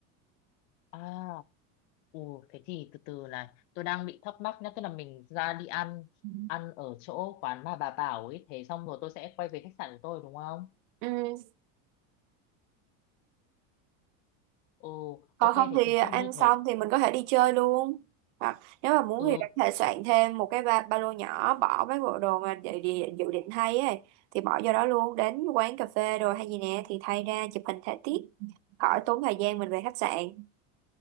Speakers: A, on the left; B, on the right.
A: à ừ thế thì từ từ này tôi đang bị thắc mắc nhá tức là mình ra đi ăn
B: Ừ.
A: ăn ở chỗ quán mà bà bảo ấy thế xong rồi tôi sẽ quay về khách sạn của tôi đúng không
B: ừ.
A: ừ
B: còn
A: ok
B: không
A: thế
B: thì
A: thì
B: ăn
A: chốt như
B: xong
A: thế
B: thì mình có thể đi chơi luôn hoặc nếu mà muốn
A: ừ
B: thì bạn có thể soạn thêm một cái ba, ba lô nhỏ bỏ mấy bộ đồ mà dự, định- dự định thay ấy thì bỏ vô đó luôn đến quán cà phê rồi hay gì nè thì thay ra chụp hình thể tiết khỏi tốn thời gian mình về khách sạn